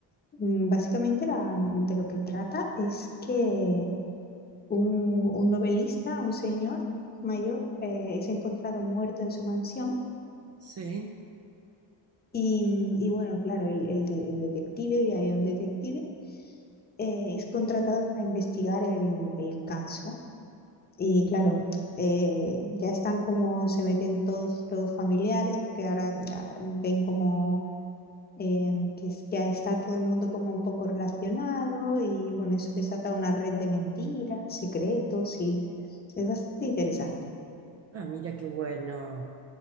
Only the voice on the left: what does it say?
Mm, Básicamente la- de lo que trata es que un, un novelista, un señor mayor, eh, es encontrado muerto en su mansión
y, mm, y bueno, claro, el, el de- el detective, y hay un detective, eh, es contratado para investigar el el caso. Y claro, eh, ya están como se meten todos los familiares, porque ahora ah, ven como eh, que, es- que está todo el mundo como un poco relacionado y bueno, eso desata una red de mentiras, secretos y es bastante interesante.